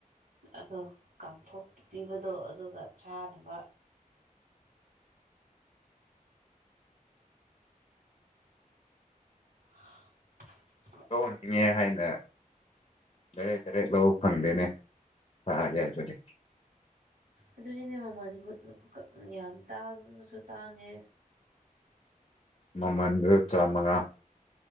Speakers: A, on the right (about 75°); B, on the left (about 40°).
A: ꯑꯗꯣ ꯀꯥꯝꯊꯣꯛꯄꯤꯕꯗꯣ ꯑꯗꯨꯒ ꯆꯥꯅꯕ <unintelligible>
B: ꯂꯧꯍꯟꯅꯤꯡꯉꯦ ꯍꯥꯏꯅ ꯗꯥꯏꯔꯦꯛ ꯗꯥꯏꯔꯦꯛ ꯂꯧꯕ ꯐꯪꯗꯦꯅꯦ <unintelligible> ꯒꯦ ꯍꯥꯢꯕꯒꯤ
A: ꯑꯗꯨꯅꯤꯅꯦ ꯃꯃꯜꯗꯨ <unintelligible> ꯌꯥꯝ ꯇꯥꯡꯉꯁꯨ ꯇꯥꯡꯉꯦ
B: ꯃꯃꯟꯗꯨ ꯆꯥ ꯃꯉꯥ